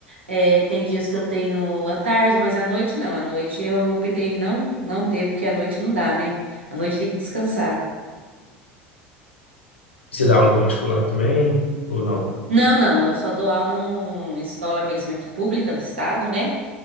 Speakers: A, on the right; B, on the left.
A: é, tem dias que eu tenho à tarde, mas à noite não. À noite eu optei em não não ter, porque à noite não dá, né? À noite tem que descansar.
B: Você dá aula particular também ou não?
A: Não, não, eu só dou aula no em escola mesmo aqui pública do estado, né?